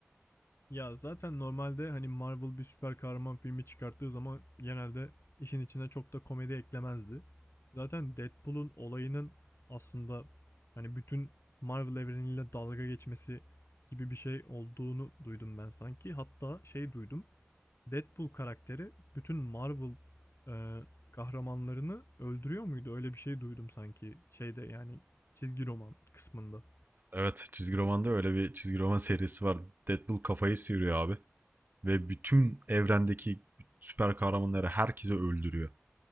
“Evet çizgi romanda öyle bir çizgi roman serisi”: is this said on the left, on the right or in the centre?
Right